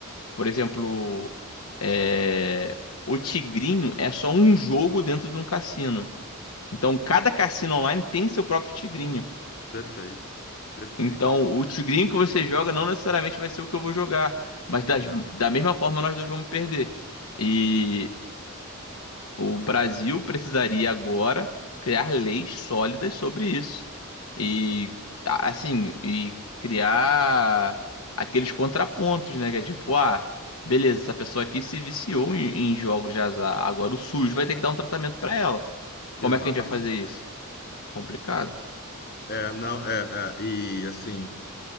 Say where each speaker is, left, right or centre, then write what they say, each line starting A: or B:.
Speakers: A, on the left; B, on the left.
A: Por exemplo, é, o Tigrinho é só um jogo dentro de um cassino. Então, cada cassino online tem seu próprio Tigrinho.
B: perfeito, perfeito.
A: Então, o tigrinho que você joga não necessariamente vai ser o que eu vou jogar, mas das-
B: É,
A: da mesma forma nós dois vamos perder. E o Brasil precisaria agora criar leis sólidas sobre isso. E a- assim, e criar aqueles contrapontos, né, que é tipo, ah, beleza, essa pessoa aqui se viciou em, em jogos de azar, agora o SUS vai ter que dar um tratamento pra ela. Como
B: exatamente.
A: é que a gente vai fazer isso? Complicado.
B: É, não, é, é, e assim,